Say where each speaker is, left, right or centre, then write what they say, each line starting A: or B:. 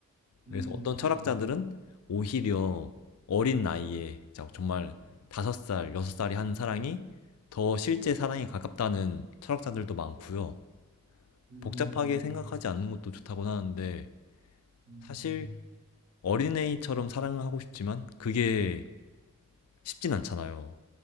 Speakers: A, on the right; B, on the left.
A: 음,
B: 그래서 어떤 철학자들은 오히려 어린 나이에 자- 정말 다섯 살, 여섯 살이 하는 사랑이 더 실제 사랑에 가깝다는 철학자들도 많고요.
A: 음,
B: 복잡하게 생각하지 않는 것도 좋다고 하는데
A: 음,
B: 사실 어린애처럼 사랑을 하고 싶지만 그게 쉽진 않잖아요.